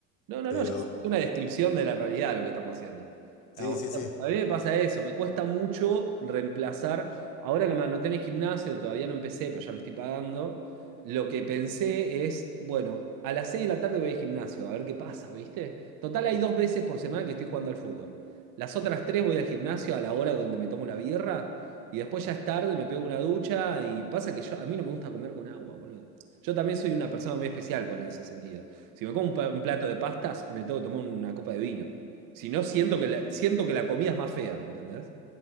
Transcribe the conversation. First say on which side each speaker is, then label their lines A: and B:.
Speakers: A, on the right (about 45°); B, on the left (about 50°).
A: No, no,
B: Pero
A: no, ya es una descripción de la realidad lo que estamos haciendo.
B: sí,
A: Digamos,
B: sí, sí,
A: A mí me pasa eso, me cuesta mucho reemplazar. Ahora que me anoté en el gimnasio, todavía no empecé, pero ya lo estoy pagando. Lo que pensé es, bueno, a las 6 de la tarde voy al gimnasio, a ver qué pasa, ¿viste? Total, hay dos veces por semana que estoy jugando al fútbol. Las otras tres voy al gimnasio a la hora donde me tomo la birra y después ya es tarde, me pego una ducha y pasa que yo, a mí no me gusta comer con agua, boludo. Yo también soy una persona muy especial con ese sentido. Si me como un, pa- un plato de pastas, me tengo que tomar una copa de vino. Si no, siento que la, siento que la comida es más fea, ¿entendés?